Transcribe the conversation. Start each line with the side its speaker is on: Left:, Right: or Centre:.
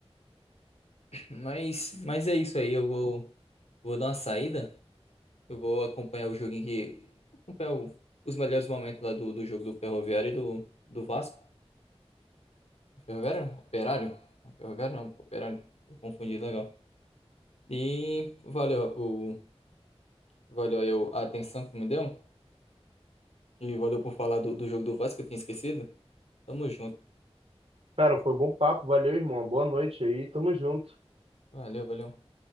Left: Mas, mas é isso aí. Eu vou, vou dar uma saída. Eu vou acompanhar o joguinho que. Acompanhar o- os melhores momentos lá do, do jogo do Ferroviário e do, do Vasco. Ferroviário? não, Operário? Não, Ferroviário não, Operário. Eu confundi legal. E valeu, o, valeu aí o- a atenção que me deu. E valeu por falar do, do jogo do Vasco que eu tinha esquecido. Tamo junto.
Right: Cara, foi um bom papo, valeu, irmão. Boa noite aí, tamo junto.
Left: Valeu, valeu.